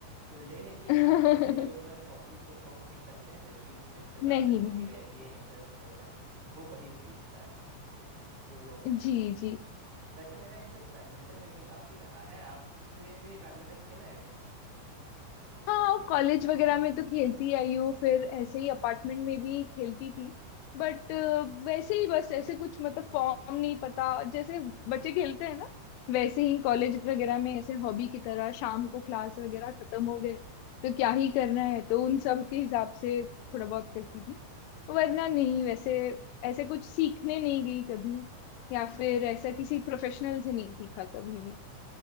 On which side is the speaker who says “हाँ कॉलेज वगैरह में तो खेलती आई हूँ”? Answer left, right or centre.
Left